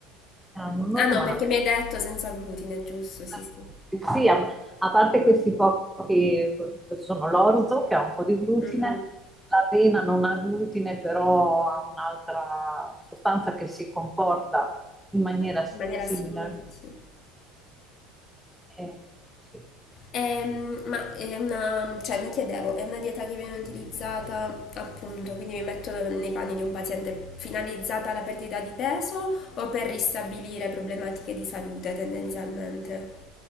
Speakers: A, in the centre; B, on the left.
A: erano normali.
B: Ah no, perché mi hai detto senza glutine, giusto? Sì,
A: Certo.
B: sì.
A: Sì, a, a parte questi pochi, che sono l'orzo che ha un po' di glutine,
B: Mhm.
A: l'avena non ha glutine, però ha un'altra sostanza che si comporta in maniera
B: In maniera
A: simile.
B: simile, sì.
A: Eh, sì.
B: Ehm, ma è una, cioè mi chiedevo, è una dieta che viene utilizzata appunto, quindi mi metto nei panni di un paziente finalizzata alla perdita di peso o per ristabilire problematiche di salute tendenzialmente?